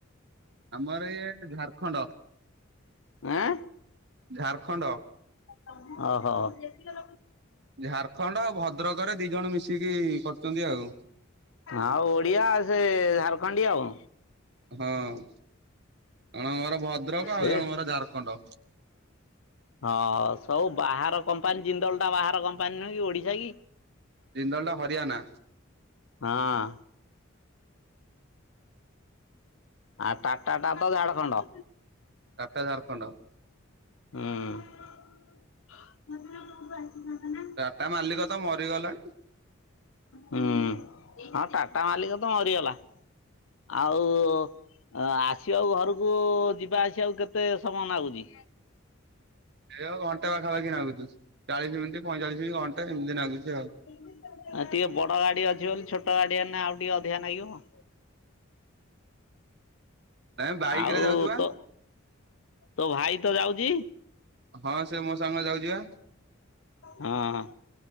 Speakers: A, on the right (about 55°); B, on the left (about 70°).
A: ଆମର ଇଏ ଝାରଖଣ୍ଡ
B: ଆଁ
A: ଝାରଖଣ୍ଡ।
B: ଅହ।
A: ଝାରଖଣ୍ଡ ଆଉ ଭଦ୍ରକ ରେ ଦି ଜଣ ମିଶିକି କରୁଛନ୍ତି ଆଉ।
B: ଆଉ ଓଡିଆ ସେ ଝାରଖଣ୍ଡି ଆଉ।
A: ହଁ। ଜଣଙ୍କ ଘର ଭଦ୍ରକ
B: ସେ
A: ଆଉ ଜଣଙ୍କ ଘର ଝାରଖଣ୍ଡ।
B: ହଁ ସବୁ ବାହାର କମ୍ପାନୀ ଜିନ୍ଦଲ ଟା ବାହାର କମ୍ପାନୀ ନୁହେଁ କି ଓଡିଶା କି?
A: ଜିନ୍ଦଲ ଟା ହରିୟାନା।
B: ହଁ। ଆ, ଟାଟା ଟା ତ ଝାଡଖଣ୍ଡ।
A: ଟାଟା ଝାରଖଣ୍ଡ।
B: ହୁଁ।
A: ଟାଟା ମାଲିକ ତ ମରିଗଲାଣି।
B: ହୁଁ, ହଁ ଟାଟା ମାଲିକ ତ ମରିଗଲା। ଆଉ ଅ, ଆସିବାକୁ ଘରକୁ ଯିବା ଆସିବାକୁ କେତେ ସମୟ ନାଗୁଚି?
A: ଏୟ ଘଣ୍ଟେ ପାଖାପାଖି ନାଗୁଚୁ, ଚାଳିଶ ମିନଟି ପଇଁଚାଳିଶି ଘଣ୍ଟେ ଏମିତି ନାଗୁଛି ଆଉ।
B: ଅ, ଟିକେ ବଡ ଗାଡି ଅଛି ବୋଲି ଛୋଟ ଗାଡି ହେନେ ଆଉ ଟିକେ ଅଧିକା ନାଗିବ।
A: ନାଇଁ ବାଇକ
B: ଆଉ
A: ରେ ଯାଉଛୁ ବା
B: ତୋ ତୋ ଭାଇ ତ ଯାଉଚି?
A: ହଁ ସେ ମୋ ସାଙ୍ଗରେ ଯାଉଚି ବା।
B: ହଁ।